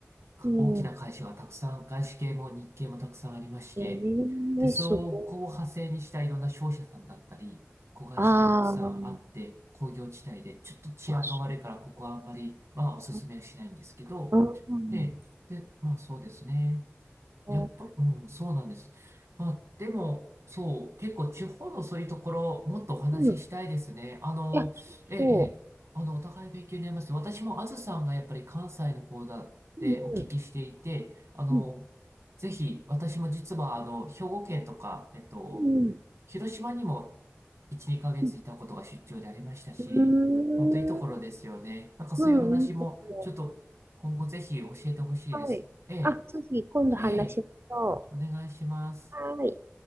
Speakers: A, on the right; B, on the right.
A: か大きな会社がたくさん、
B: ん。うん。
A: 外資系も日系もたくさんありまして、
B: ええ、
A: で、そこを派生にしたいろんな商社さんだったり、
B: すごい。
A: 子会社がたくさんあって、
B: ああ。
A: 工業地帯で、ちょっと治安が悪いから、
B: あ、そ
A: ここはあんまり、まあ、おすすめはしないんですけど、
B: うあー
A: ええで、まあ、そうですね。
B: あー
A: やっぱ、うん、そうなんです。まあ、でも、そう、結構地方のそういうところ、もっとお話ししたいですね。
B: うん。
A: あの、
B: いや、
A: ええ、
B: そ
A: ええあの、お互い勉強になります。私もあずさんがやっぱり関西の方だってお聞きしていて、
B: う。うん、
A: あの、
B: うん、
A: ぜひ、私も実は、あの、兵庫県とか、えっと、
B: うん、
A: 広島にも1、2ヶ月いたことが出張でありましたし、
B: うん。うーん、
A: 本当いいところですよね。なんかそういう話も、
B: うん、いいですね。
A: ちょっと今後ぜひ教えてほしいです。
B: はい。
A: ええ、
B: あ、次、今度話しましょ
A: ええ。お願いします。
B: う。はーい。